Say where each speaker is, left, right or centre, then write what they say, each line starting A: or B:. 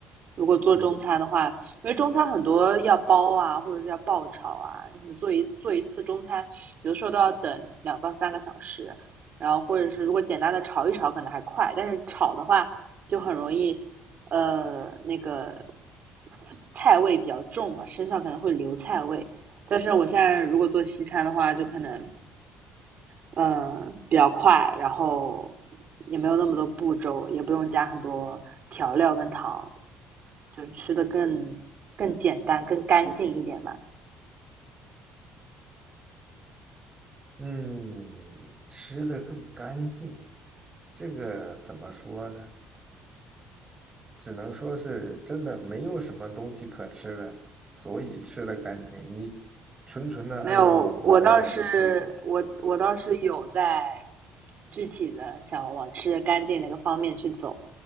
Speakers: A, on the right; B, on the right.
A: 如果做中餐的话，
B: 嗯
A: 因为中餐很多要包啊，或者是要爆炒啊，你做一做一次中餐，有的时候都要等两到三个小时，然后或者是如果简单的炒一炒可能还快，但是炒的话就很容易，呃，那个菜味比较重嘛，身上可能会留菜味。但是我现在如果做西餐的话，就可能嗯，比较快，然后也没有那么多步骤，也不用加很多调料跟糖，就是吃的更更简单、更干净一点吧。
B: 嗯，吃的更干净，这个怎么说呢？只能说是真的没有什么东西可吃了，所以吃的干净。你纯纯的按照老外就
A: 没有，我倒是我我倒是有在具体的想往吃的干净那个方面去走，